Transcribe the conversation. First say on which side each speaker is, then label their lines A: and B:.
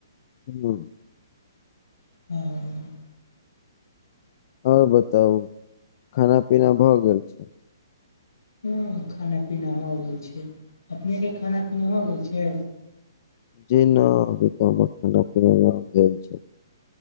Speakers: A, on the left; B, on the left.
A: हूँ
B: हाँ
A: आओर बताउ खाना पीना भऽ गेल छै
B: हाँ खाना पीना हो गेल छै अपनेके खाना पीना हो गेल छै
A: जी ना अभी तऽ हमरा खान पीना न भेल छै